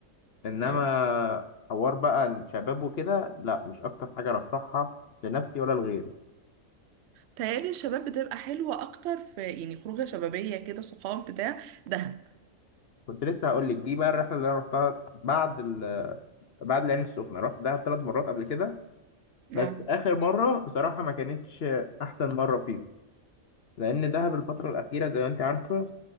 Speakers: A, on the left; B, on the right.
A: إنما
B: اه
A: حوار بقى شباب وكده لا مش أكتر حاجة أرشحها لنفسي ولا لغيري
B: تهيألي الشباب بتبقى حلوة أكتر في يعني خروجة شبابية كده صحاب بتاع دهب
A: كنت لسه هقول لك دي بقى الرحلة اللي أنا رحتها بعد ال... بعد العين السخنة رحت دهب ثلاث مرات قبل كده بس
B: اه
A: آخر مرة بصراحة ما كانتش أحسن مرة فيها لأن دهب الفترة الأخيرة زي ما أنت عارفة